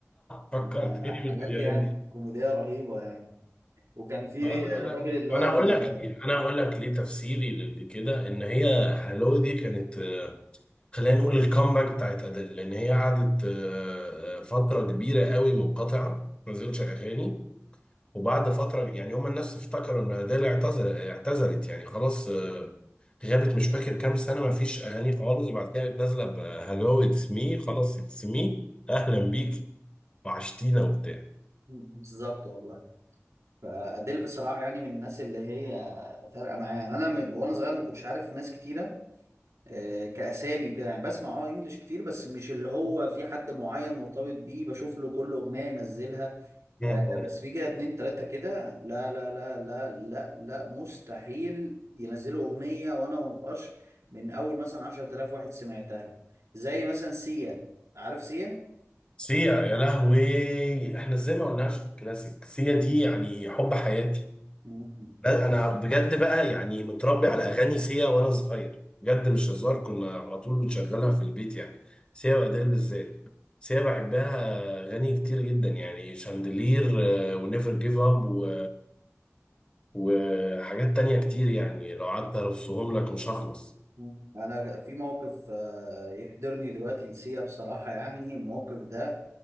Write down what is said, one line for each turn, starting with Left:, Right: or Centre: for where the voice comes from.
Left: فكرتني
Right: كان
Left: بالفيديوهات
Right: حاجات يعني
Left: دي
Right: كوميدية رهيبة يعني وكان في
Left: آه، لا لا لا.
Right: الراجل اللي هو
Left: انا
Right: ال-
Left: هقول لك ليه انا هقول لك ليه تفسيري لكده ان هي هالو دي كانت آه، خلينا نقول الكامباك بتاعت ادل لان هي قعدت آه، آه، فترة كبيرة قوي منقطعة ما نزلتش اغاني وبعد فترة يعني هما الناس افتكروا ان أديل اعتذر اعتذرت يعني خلاص آه، غابت مش فاكر كام سنة ما فيش أغاني خالص بعد كده قامت نازلة بهلو اتس مي خلاص اتس مي أهلا بيك وعشتينا وبتاع
Right: بالظبط والله فأديل بصراحة يعني من الناس اللي هي فارقة معايا يعني أنا من وأنا صغير ما كنتش عارف ناس كتيرة آه، كأسامي وكده يعني بسمع أه إنجلش كتير بس مش اللي هو في حد معين مرتبط بيه بشوف له كل أغنية ينزلها
Left: مم.
Right: آه، بس في كده اتنين تلاتة كده لا لا لا لا لا لا مستحيل ينزلوا أغنية وأنا ما ببقاش من أول مثلا عشرة آلاف واحد سمعتها زي مثلا سيا عارف سيا؟
Left: سيا يا لهوي احنا ازاي ما قلناش في الكلاسيك سيا دي يعني حب حياتي
Right: مم.
Left: بس انا بجد بقى يعني متربي على اغاني سيا وانا صغير بجد مش هزار كنا على طول بنشغلها في البيت يعني سيا واديل بالذات سيا بحبها اغاني كتير جدا يعني شاندلير ونيفر جيف اب و... وحاجات تانية كتير يعني لو قعدت ارصهم لك مش هخلص
Right: مم. أنا في موقف آه، يحضرني دلوقتي لسيا بصراحة يعني الموقف ده